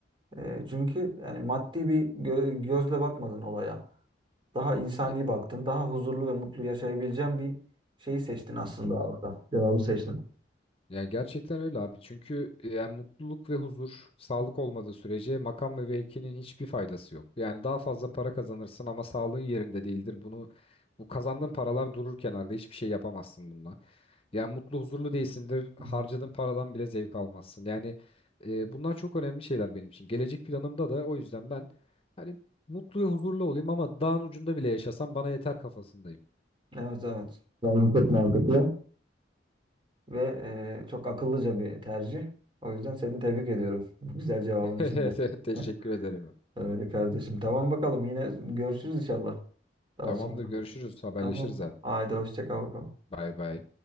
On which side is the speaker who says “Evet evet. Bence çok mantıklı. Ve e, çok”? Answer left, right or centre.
Right